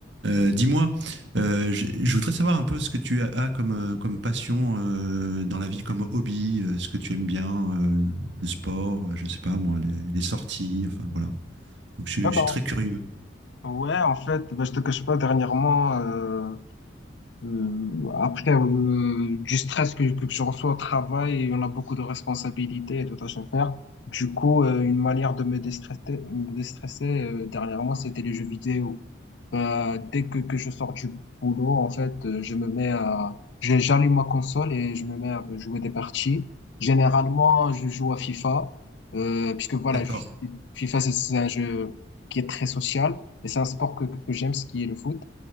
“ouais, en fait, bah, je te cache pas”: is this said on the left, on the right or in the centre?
Left